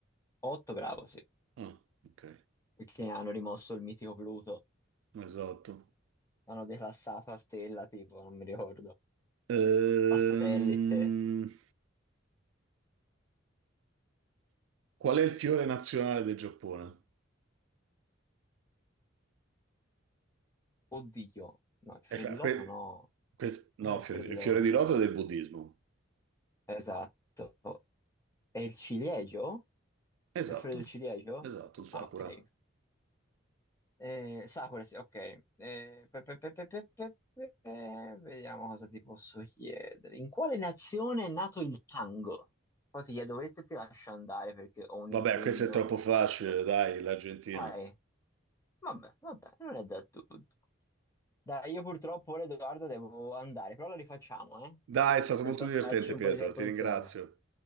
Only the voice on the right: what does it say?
Ah, ok,
esatto.
Ehm,
qual è il fiore nazionale del Giappone?
Eh, fa- que-
que-
no,
fiore
di- il fiore di loto è del buddismo.
Esatto,
esatto, il sakura.
Vabbè,
questo è troppo facile,
dai, l'Argentina.
Dai, è stato
molto
divertente,
Pietro,
ti ringrazio.